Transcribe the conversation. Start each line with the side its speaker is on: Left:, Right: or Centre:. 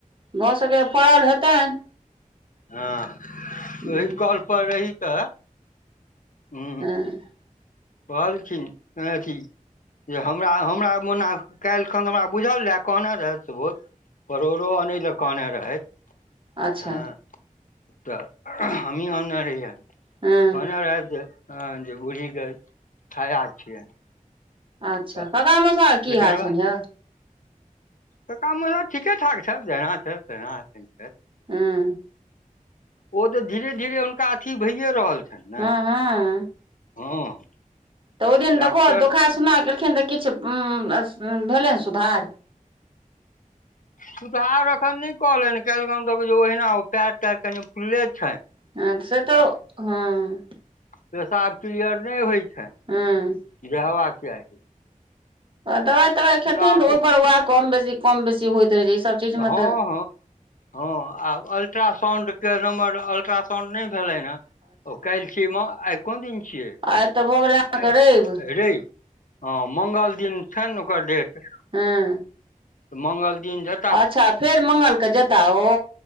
Right: भऽ सकैए फड़ल हेतनि,
Left: हँ
Right: हूँ
Left: ओहि कॉल पर रही तऽ, ह <inaudible>
Right: ह <inaudible>
Left: भ छी ह छी <inaudible> जे हमरा हमरा मना काल् खन हमरा बुझल रहय कहने रहय सुबोत परोड़ो अने लकान रहथि <unintelligible>
Right: अच्छा
Left: हँ तऽ हमी अन्नरे ज <unintelligible>
Right: हँ
Left: कहने रहत जे ह जे बूढ़ीके छाया छियनि <unintelligible>
Right: अच्छा
Left: तऽ
Right: कका मौसा की
Left: लेकिन
Right: हाल
Left: हमरा
Right: छनि यौ?
Left: कका मौसा ठीके ठाक छै जहिना छै तहिना ए छै।
Right: हँ
Left: ओ तऽ धीरे धीरे हुनका अथी भइए रहल छनि ने,
Right: हँ हँ
Left: हँ
Right: तऽ ओहि दिन
Left: डॉक्टर
Right: देखहो धोखा सुना केलखिन तऽ किछु भेलै ने सुधार?
Left: सुुधार एखन नहि कहले कलक त जे ओहिना ओ पयर तयर कनि फुलले छ।
Right: हँ तस तऽ हँ,
Left: पेशाब क्लियर नहि होइत छ।
Right: हँ
Left: बिह आै आै <unintelligible>
Right: दवाइ तवाइ खेथिन
Left: आब
Right: तऽ ओहिपर उएह कम बेसी कम बेसी होइत रहै छै ईसभ, चीजमे
Left: हँ
Right: तऽ
Left: हँ हँ, अल्ट्रासाउंड के नम्बर अल्ट्रासाउंड नहि भेलै ह ओ काल्हि, सीमा आयकन देने छियै <unintelligible>
Right: आ एतऽ भऽ गेलै अहाँके
Left: आइ
Right: रवि <unintelligible>
Left: रवि हँ मंगल दिन छै ने ओकर डेट,
Right: हँ
Left: तऽ मंगल दिन जा,
Right: अच्छा फेर मंगलके जता ओ,